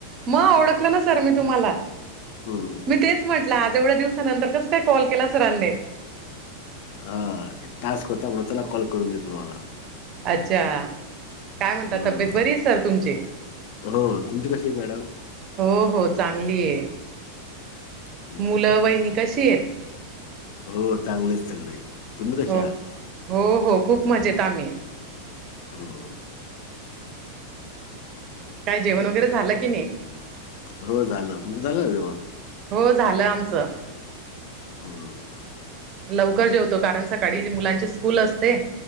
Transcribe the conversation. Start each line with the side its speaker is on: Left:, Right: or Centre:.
Right: मग ओळखलं ना सर मी तुम्हाला.
Left: हम्म.
Right: मी तेच म्हटलं आज एवढ्या दिवसानंतर कस काय कॉल केला सरांनी.
Left: हा टास्क होता म्हणून त्याला कॉल करून देतो मला.
Right: अच्छा काय म्हणता,
Left: हं.
Right: तब्येत बरीये सर तुमची?
Left: हो तुमची कशी आहेत मॅडम?
Right: हो हो, चांगली आहे.
Left: <inaudible>
Right: मुलं वहिनी कशी आहेत?
Left: हो चांगले आहेत सगळे. तुम्ही कसे
Right: हो
Left: आहात?
Right: हो हो. खूप मजेत आम्ही.
Left: हम्म.
Right: काय जेवण वगैरे झालं की नाही?
Left: हो, झालं. तुमचं झालं का जेवण?
Right: हो झालं आमचं.
Left: हम्म.
Right: लवकर जेवतो कारण सकाळी मुलांची स्कूल असते.